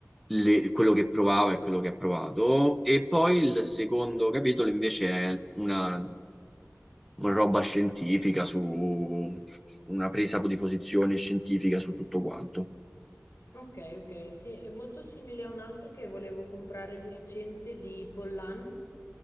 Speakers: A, in the centre; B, on the left (about 70°).
A: le- quello che provava e quello che ha provato. E poi il secondo capitolo invece è una, una roba scientifica su, su- su una presa di posizione scientifica su tutto quanto.
B: Ok, ok, sì, è molto simile a un altro che volevo comprare di recente di Pollan,